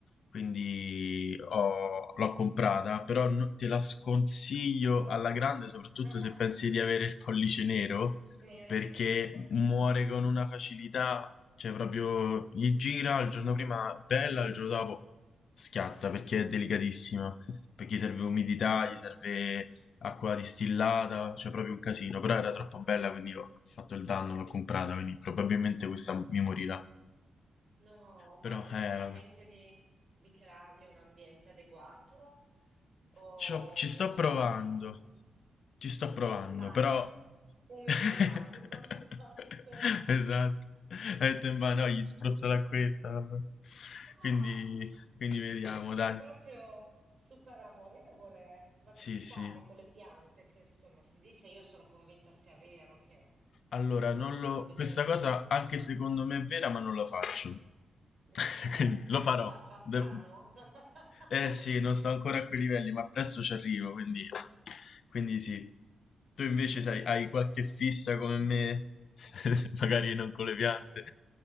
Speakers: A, on the left (about 65°); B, on the right (about 60°).
A: quindi ho- l'ho comprata, però no- te la sconsiglio alla grande, soprattutto
B: <laughs>
A: se pensi di avere il pollice nero,
B: Nero.
A: perché
B: <laughs>
A: muore con una facilità, cioè proprio gli gira il giorno prima, bella, il giorno dopo schiatta, perché è delicatissima perché gli serve umidità, gli serve acqua distillata, cioè proprio un casino, però era troppo bella, quindi ho fatto il danno, l'ho comprata, quindi probabilmente questa mi morirà.
B: No,
A: Però
B: ma an-
A: eh,
B: hai in mente di, di creargli un ambiente adeguato? O
A: ci ho- ci
B: non
A: sto
B: lo so,
A: provando,
B: hai già una posizione
A: ci sto provando,
B: in bagno,
A: però...
B: <laughs> umido
A: <laughs>
B: il bagno <laughs> di solito.
A: Esatto, ha detto in mano, gli spruzzo l'acquetta, vabbè.
B: Ah,
A: Quindi, quindi vediamo,
B: ma sei
A: dai.
B: proprio super amorevole. Ma tu
A: Sì,
B: ci
A: sì.
B: parli con le piante, che insomma si dice, io sono convinta sia vero che
A: Allora, non lo...
B: hanno bisogno.
A: questa cosa anche secondo me è vera, ma non la faccio.
B: Ok,
A: <laughs>
B: Eh,
A: Quindi lo
B: eh,
A: farò.
B: sta- fa strano.
A: De-
B: <laughs>
A: Eh sì, non sto ancora a quei livelli, ma presto ci arrivo, quindi, quindi sì. Tu invece
B: Ok.
A: sai, hai qualche fissa come me, <laughs> magari non con le
B: Gua-
A: piante.